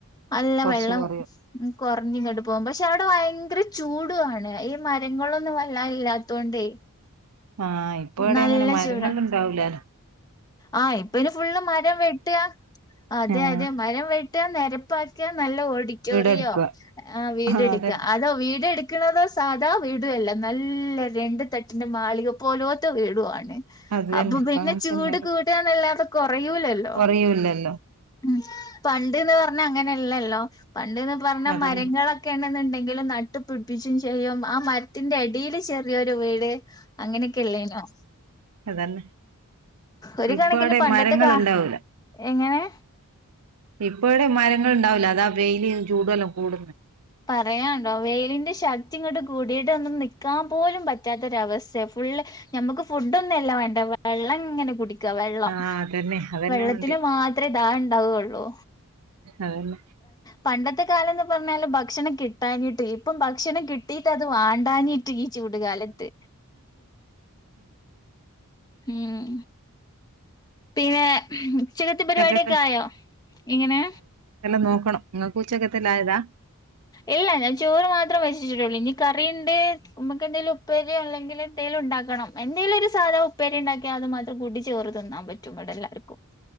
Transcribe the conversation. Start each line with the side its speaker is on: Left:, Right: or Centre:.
Left: നല്ല
Right: കൊറച്ച്
Left: വെള്ളം.
Right: കൊറയും
Left: ഉം കൊറെഞ്ഞിങ്ങട്ട് പോവും. പക്ഷെ അവെടെ ഭയങ്കര ചൂടുവാണ് ഈ മരങ്ങളൊന്നും വല്ലാ ഇല്ലാത്തോണ്ടേ.
Right: ആഹ് ഇപ്പ എവിടെ
Left: നല്ല
Right: എങ്ങനെ മരങ്ങളിണ്ടാവൂല്ല
Left: ചൂടാ ആഹ് ഇപ്പ അയ്ന് ഫുള്ള് മരം വെട്ട്ക. അതെ
Right: ആഹ്
Left: അതെന മരം വെട്ടാ നെരപ്പാക്കാ. നല്ല ഓഡിറ്റോറിയോ.
Right: വീട് എടുക്കുക
Left: ആഹ് വീടെടുക്ക.
Right: ആ അതന്നെ
Left: അതോ വീടെടുക്ക്. വെക്കണത് സാധാ വീടല്ല. നല്ല രണ്ടു തട്ടിന്റെ മാളിക പോലോത്തെ വീടുമാണ്.
Right: അത് തന്നെ
Left: അപ്പൊ
Right: ഇപ്പ
Left: പിന്നെ
Right: അങ്ങനെ
Left: ചൂട്
Right: തന്നെ
Left: കൂട്ടുക എന്നല്ലാതെ കൊറയൂലല്ലോ.
Right: കൊറയൂല്ലല്ലോ
Left: ഉ പണ്ട്ന്ന് പറഞ്ഞാ അങ്ങനെയല്ലല്ലോ പണ്ട്ന്ന് പറഞ്ഞാ
Right: അതന്നെ
Left: മരങ്ങളൊ ക്കെണെന്നുണ്ടെങ്കിലും നട്ടു പിടിപ്പിച്ചും ചെയ്യും. ആ മരത്തിന്റെ അടിൽ ചെറിയൊരു വീട്. അങ്ങനെയൊക്കെ അല്ലേയിന്നോ.
Right: അത് തന്നെ
Left: ഒരു
Right: ഇപ്പ
Left: കണക്കിന്
Right: അവിടെ
Left: പണ്ടത്തെ
Right: ടെ മരങ്ങൾ
Left: കാ
Right: ഉണ്ടാവൂല.
Left: എങ്ങനെ
Right: ഇപ്പ അവിടെ മരങ്ങൾ ഉണ്ടാവില്ല. അതാ വെയില് ചൂടല്ലാം കൂടുന്നത്.
Left: പറയാനുണ്ടോ, വെയിലിന്റെ ശക്തി ഇങ്ങോട്ട് കൂടിയിട്ടെന്നും നിക്കാൻ പോലും പറ്റാത്തൊരവസ്ഥ ഫുള്ള്- നമുക്ക് ഫുഡ് ഒന്നും അല്ല വേണ്ടെ വെള്ളം ഇങ്ങനെ കുടിക്ക വെള്ളം
Right: ആഹ് അതന്നെ അതന്നെ
Left: വെള്ളത്തിന്
Right: ഉണ്ട്
Left: മാത്രമേ ദാഹം ഉണ്ടാവയുള്ളൂ.
Right: അതന്നെ
Left: പണ്ടത്തെ കാലം എന്ന് പറഞ്ഞാല്- ഭക്ഷണം കിട്ടാനിട്ട് ഇപ്പം ഭക്ഷണം കിട്ടിയിട്ട് അത് വാണ്ടാനി- ട്ട് ഈ ചൂടുകാലത്ത്. ഉം പിന്നെ ഉച്ചക്കത്ത്
Right: ഉച്ചക്കത്തെ
Left: പരിപാടിക്കെ ആയോ ഇങ്ങനെ
Right: എല്ലാം നോക്കണം നിങ്ങക്ക് ഉച്ചക്കത്തെയെല്ലാം ആയതാ.
Left: ഇല്ല ഞാൻ ചോറ് മാത്രേ വച്ചിട്ടുള്ളൂ. ഇനി കറിണ്ട് നമ്മക്ക് എന്തേലും ഉപ്പേരിയോ അല്ലെങ്കിൽ എന്തേലും ഉണ്ടാക്കണം. എന്തെങ്കിലും ഒരു സാധാ ഉപ്പേരി ഉണ്ടാക്കിയാ അത് മാത്രം കൂട്ടി ചോറ് തിന്നാൻ പറ്റും ഇവിടെ എല്ലാവർക്കും.